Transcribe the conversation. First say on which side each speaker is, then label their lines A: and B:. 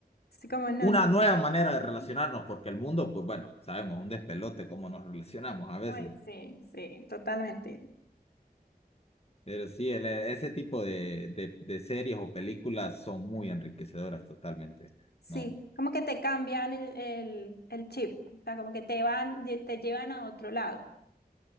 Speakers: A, on the left; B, on the left.
A: Así como, no,
B: una
A: no.
B: nueva manera de
A: Ujú.
B: relacionarnos, porque el mundo, pues bueno, sabemos, un despelote cómo nos relacionamos a veces.
A: Ay, sí, sí, totalmente.
B: Pero sí, el- ese tipo de, de, de series o películas son muy enriquecedoras totalmente,
A: Sí,
B: ¿no?
A: como que te cambian el, el, el chip, o sea, como que te van, lle- te llevan a otro lado